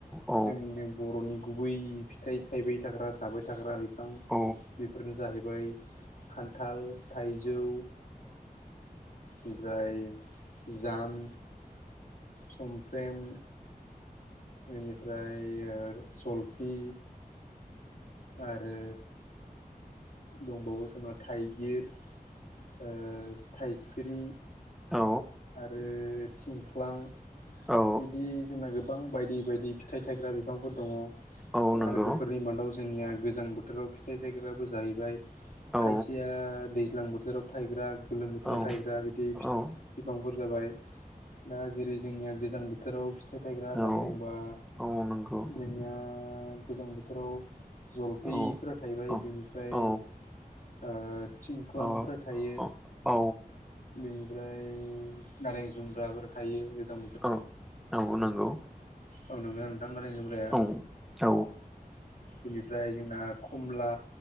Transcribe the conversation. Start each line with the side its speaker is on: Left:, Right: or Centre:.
Centre: औ
Left: जोंनिनो बर'नि गुबै फिथाइ थायबाय थाग्रा जाबाय थाग्रा बिफां
Centre: औ
Left: बेफोरनो जाहैबाय खान थाल थाइजौ ओमफ्राय जाम। समफ्रेम। बेनिफ्राय ओर जलफि। आरो दंबावो जोंहा थाइगिर ओ थाइस्रि।
Centre: औ
Left: आरो थिंख्लां
Centre: औ
Left: बिदि जोंना गोब गोबां बायदि बायदि फिथाइ थायग्रा बिफांफोर दङ
Centre: औ नंगौ
Left: आरो बेफोरनि मादाव जोंनिया गोजां बोथोराव फिथाइ थायग्राबो जाहैबाय
Centre: औ
Left: खायसेया दैज दैलां बोथोराव थायग्रा। गोलोम बोथोराव
Centre: औ
Left: थायग्रा बिदि
Centre: औ
Left: बिफांफोर जाबाय दा जेरै जोंनिया गोजां बोथ बोथोराव फिथाइ थायग्रा होनना
Centre: औ औ
Left: बुंबा
Centre: औ नंगौ
Left: जोंनिया गोजां बोथोराव जलफैफोरा
Centre: औ
Left: थायबाय
Centre: औ
Left: बेनिफ्राय
Centre: औ
Left: ओ। थिंख्लांफोर
Centre: औ
Left: थायो
Centre: औ औ
Left: बेनि ओमफ्राय नारें जुमब्राफोर थायो। गोजां
Centre: औ औ नंगौ।
Left: आरो नंगौ ना नोंथां नारें जुमब्राया।
Centre: औ औ
Left: बेनिफ्राय जोंना खमला